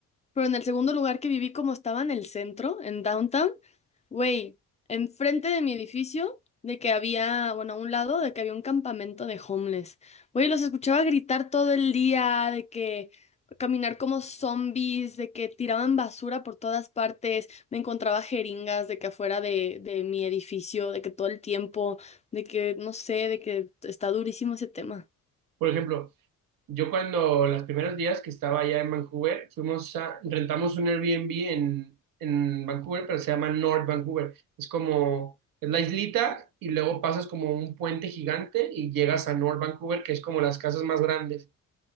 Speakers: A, on the left; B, on the right.
A: Pero en el segundo lugar que viví, como estaba en el centro, en downtown, güey, enfrente de mi edificio, de que había, bueno, a un lado, de que había un campamento de homeless. Güey, los escuchaba gritar todo el día, de que caminar como zombies, de que tiraban basura por todas partes. Me encontraba jeringas de que afuera de, de mi edificio, de que todo el tiempo, de que, no sé, de que está durísimo ese tema.
B: por ejemplo, Yo cuando los primeros días que estaba allá en Vancouver, fuimos a, rentamos un Airbnb en, en Vancouver, pero se llama North Vancouver. Es como, es la islita y luego pasas como un puente gigante y llegas a North Vancouver, que es como las casas más grandes.